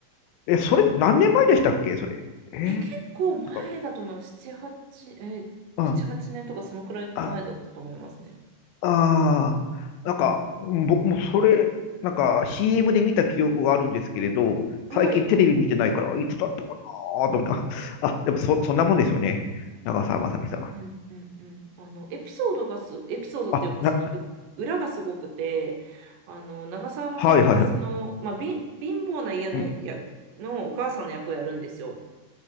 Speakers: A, on the left (about 90°); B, on the right (about 75°).
A: え、それ何年前でしたっけそれ。えー
B: え、結構前だと思う。
A: なんか、
B: 7、8、え、
A: うん。
B: 7、8年とかそのくらい前だったと思いますね。
A: あ、ああ、なんか、
B: うん
A: うん僕もそれ、なんか CM で見た記憶があるんですけれど、
B: はい。
A: 最近テレビ見てないから、いつだったかなと思って、あ、<laughs> あでもそ、そんなもんですよね。長澤まさみさん。
B: うんうんうんあの、エピソードがす、エピソードっていうか、
A: あ、な、
B: そのぶ裏がすごくて、あの、長澤まさみがその、
A: はいはいはい。
B: まあ、貧貧乏な家のやのお母さんの役をやるんですよ。
A: うん。